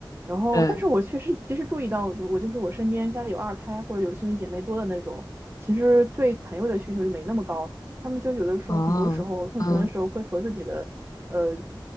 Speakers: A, on the right (about 30°); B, on the left (about 45°).
A: 然后但是我确实其实注意到，
B: 对，
A: 我就我就是我身边家里有二胎或者有兄弟姐妹多的那种，其实对朋友的需求就没那么高，他们就有的时候很多时候空闲的时候会和自己的呃
B: 哦，嗯